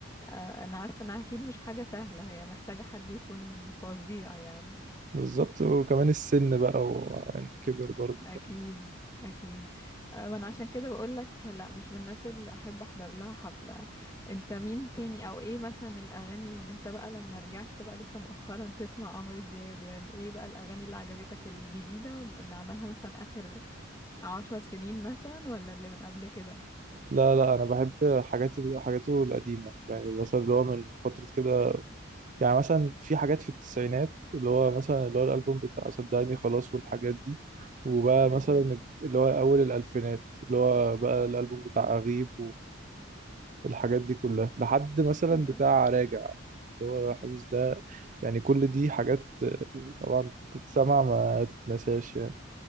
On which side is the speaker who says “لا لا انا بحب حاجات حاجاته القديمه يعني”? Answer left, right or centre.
Right